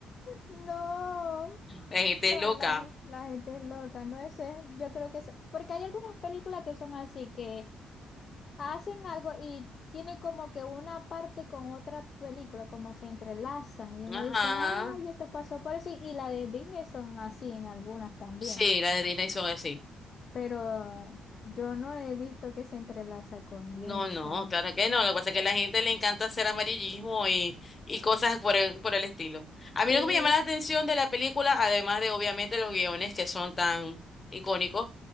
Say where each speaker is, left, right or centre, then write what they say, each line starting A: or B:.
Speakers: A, on the left (about 45°); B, on the left (about 30°).
A: No,
B: La gente
A: no,
B: es loca.
A: la, la gente es loca, no es, eh, yo creo que es, porque hay algunas películas que son así, que hacen algo y tienen como que una parte con otra película, como se entrelazan y uno
B: Ajá.
A: dice, ay, esto pasó por eso, y, y la de Disney son así en algunas también,
B: Sí, las de Disney son así.
A: pero yo no he visto que se entrelaza con esa.
B: No, no, claro que no. Lo que pasa es que a la gente le encanta hacer amarillismo y, y cosas por el, por el estilo. A
A: Sí.
B: mí lo que me llama la atención de la película, además de obviamente los guiones que son tan icónicos,